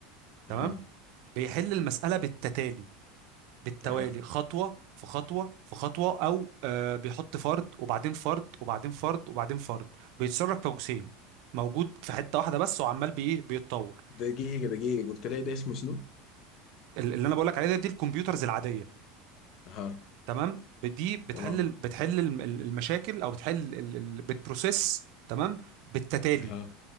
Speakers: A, on the right; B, on the left.
A: تمام
B: اها
A: بيحل المساله بالتتالي بالتوالي
B: اها
A: خطوه في خطوه في خطوه او آه بيحط فرد وبعدين فرد وبعدين فرد وبعدين فرد بيتصرف كجسيم موجود في حته واحده بس وعمال بايه بيتطور
B: دقيقة دقيقة قلت لي ده اسمه شنو
A: ال- اللي انا بقول لك عليه ده دي الكمبيوترز العاديه
B: اها
A: تمام دي بتحل
B: تمام
A: بتحل الم- المشاكل او بتحل ال- ال- بتبروسيس تمام بالتتالي
B: اها